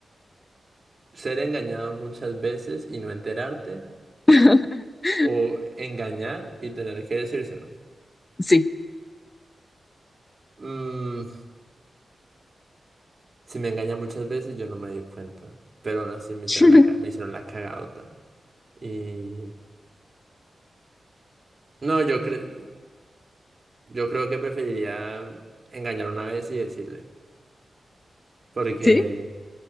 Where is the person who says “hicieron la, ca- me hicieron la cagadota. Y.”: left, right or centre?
Right